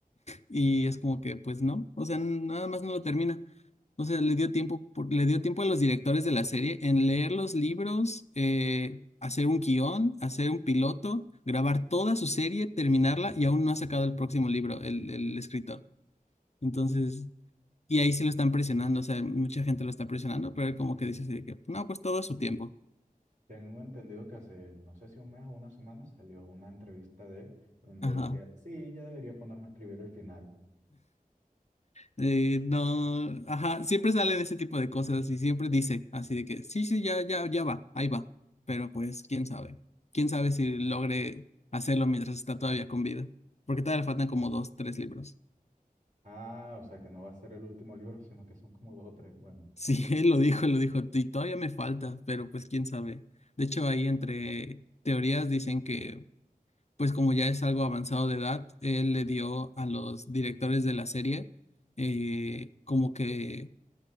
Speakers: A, on the left (about 50°); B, on the right (about 55°).
A: Y es como que, pues no, o sea, nada más no lo termina. O sea, le dio tiempo, por- le dio tiempo a los directores de la serie en leer los libros, eh, hacer un guión, hacer un piloto, grabar toda su serie, terminarla y aún no ha sacado el próximo libro, el, el escritor. Entonces, y ahí sí lo están presionando, o sea, mucha gente lo está presionando, pero él como que dice así de que, no, pues todo a su tiempo.
B: Tengo entendido que hace, no sé si un mes o una semana, salió una entrevista de él donde
A: ajá
B: decía, sí, ya debería ponerme a escribir el final.
A: Eh, no, ajá, siempre salen ese tipo de cosas y siempre dice así de que sí, sí, ya, ya, ya va, ahí va. Pero pues, quién sabe. Quién sabe si logre hacerlo mientras está todavía con vida. Porque todavía le faltan como dos, tres libros.
B: Ah, o sea que no va a ser el último libro, <laughs> sino que son como dos o tres. Bueno,
A: Sí,
B: ok.
A: <laughs> él lo dijo, él lo dijo, y todavía me falta, pero pues quién sabe. De hecho, ahí entre teorías dicen que, pues como ya es algo avanzado de edad, él le dio a los directores de la serie eh, como que